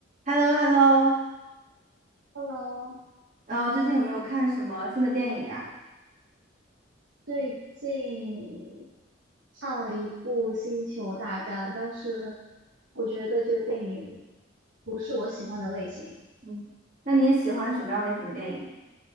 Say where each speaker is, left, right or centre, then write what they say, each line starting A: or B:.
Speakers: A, on the right; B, on the right.
A: h e l l o h e l l o
B: Hello，
A: 呃，最近有没有看什么新的电影呀？
B: 最近看了一部《星球大战》，但是我觉得这个电影不是我喜欢的类型。
A: 嗯，那你喜欢什么样类型的电影？